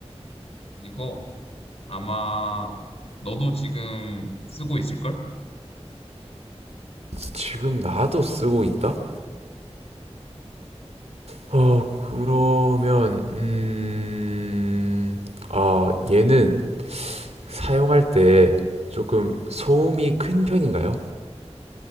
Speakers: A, on the left; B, on the right.
A: 이거 아마 너도 지금 쓰고 있을걸?
B: 지금 나도 쓰고 있다? 어, 그러면, 음, 아, 얘는
A: 음,
B: 사용할 때 조금
A: 음.
B: 소음이 큰 편인가요?